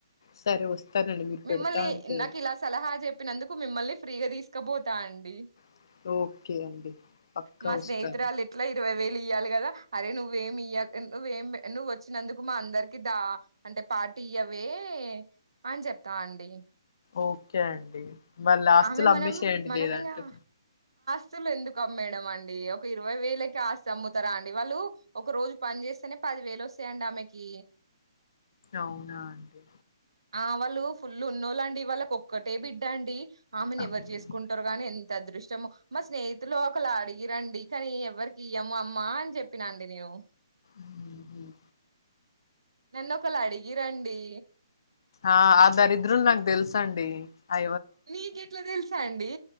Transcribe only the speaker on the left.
సరే వస్తానండి మీ పేడుతాంటే
ఓకే ఓకే అండి పక్కా
వస్తాను
ఓకే అండి మల్ల ఆస్తులు
అమ్మే
చెయండి
లేదంటే
అవునా అండి
అవును.
మ్మ్.
ఆ ఆ దరిద్రులు నాకు తెలుసండి ఆ